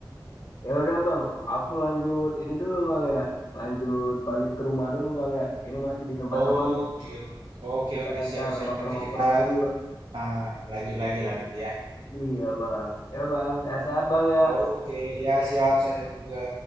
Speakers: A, on the left; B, on the right.
A: Ya udah bang, aku lanjut ini dulu bang ya, lanjut balik ke rumah dulu bang ya. Ini masih di tempat
B: Oke,
A: teman,
B: oke,
A: kita
B: oke, siap-siap.
A: ntar ngobrol-ngobrol
B: Nanti kita
A: lagi bang.
B: ah, lanjut lagi lah nanti ya.
A: Iya bang, ya bang, sehat-sehat bang ya.
B: Oke, ya siap, saya saya juga.